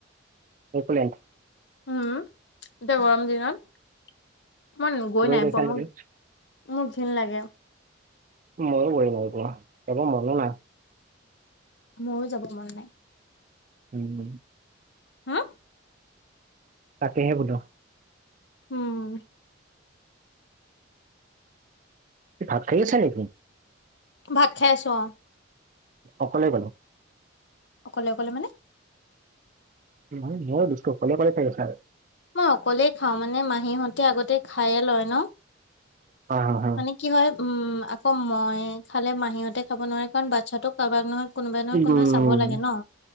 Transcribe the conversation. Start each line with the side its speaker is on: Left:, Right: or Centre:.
Right: একোলেণ্ড।
Left: উম। এতিয়া গৰম দিনত, মই গৈ নাই
Right: পাইছানে
Left: পোৱা। মোক,
Right: তুমি
Left: মোৰ ঘিন লাগে।
Right: ময়ো গৈ নাইপোৱা। এবাৰ মনো নাই
Left: মোৰো যাব মন নাই।
Right: উমম।
Left: হা?
Right: তাকেহে বোলো।
Left: উম।
Right: তুমি ভাত খাই আছা নিকি
Left: ভাত খাই আছো অ
Right: অকলে অকলে
Left: অকলে অকলে মানে
Right: মানে ন <unintelligible> অকলে অকলে খাই আছা
Left: মই অকলেই খাওঁ মানে মাহীহতে আগতে খাইয়ে লয় ন
Right: হা হা হা
Left: মানে কি হয় উম আকৌ মই খালে মাহীহতে খাব নোৱাৰে কাৰণ বাচ্ছাটো কাৰোবাক নহয় কোনো কোনোবাই নহয়
Right: উম
Left: কোনোবাই চাব লাগে ন